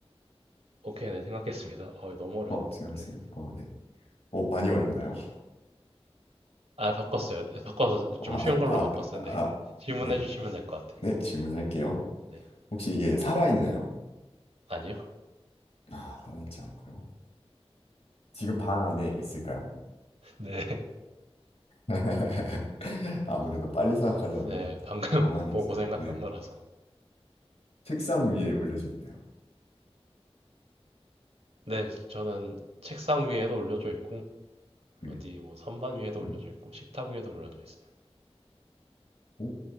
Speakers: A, on the right; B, on the left.
A: 오케이, 네, 생각했습니다. <laughs> 어, 너무 어려운데.
B: 어, 생각했습니다.
A: 네.
B: 어, 네. 어, 많이 어렵나요?
A: 아, 바꿨어요. 네, 바꿔서 좀
B: 아,
A: 쉬운 걸로
B: 아,
A: 바꿨어요. 네.
B: 아,
A: <laughs> 질문해
B: 네.
A: 주시면 될 것 같아요.
B: 네, 질문할게요.
A: 네.
B: 혹시 이게 살아있나요?
A: 아니요?
B: 아, 살아있지 않고요. 지금 방 안에 있을까요?
A: <laughs> 네.
B: <laughs> 아무래도 빨리 생각하려면
A: 네. 네, 방금
B: 방
A: 네,
B: 안에
A: 보고
B: 있어야
A: 생각한
B: 돼. 네.
A: 거라서.
B: 책상 위에 올려져 있나요?
A: 네, 저는 책상 위에도 올려져 있고
B: 네.
A: 어디 뭐 선반 위에도 올려져
B: 어?
A: 있고 식탁 위에도 올려져 있어요.
B: 어?